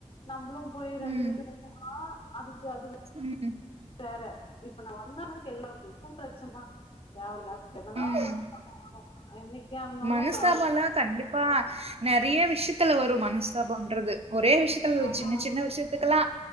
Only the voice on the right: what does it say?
ம்.
ம்
ம்
மனஸ்தாபல்லா
கண்டிப்பா நெறைய விஷயத்துல வரு மனஸ்தாபன்றது ஒரே விஷயத்துல
சின்ன சின்ன விஷயத்துக்கெல்லா